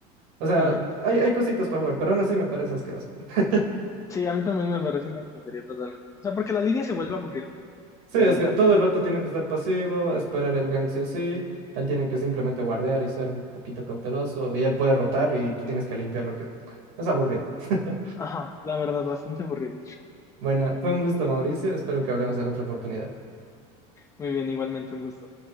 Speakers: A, on the right; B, on the left.
A: O sea,
B: ujú.
A: hay, hay cositas para jugar, pero aún así me parece asqueroso. <laughs>
B: Sí, a mí también me parece una tontería totalmente. O sea, porque la línea se vuelve aburrida,
A: Sí,
B: la
A: es
B: verdad.
A: que todo el rato tienes que estar pasivo, esperar el gank sí o sí. Él tiene que simplemente guardear y ser un poquito cauteloso. Y él puede rotar y tú tienes que limpiar lo que... Es aburrido. <laughs>
B: Ajá, la verdad, bastante aburrido.
A: Bueno, fue un gusto, Mauricio. Espero que hablemos en otra oportunidad.
B: Muy bien, igualmente un gusto.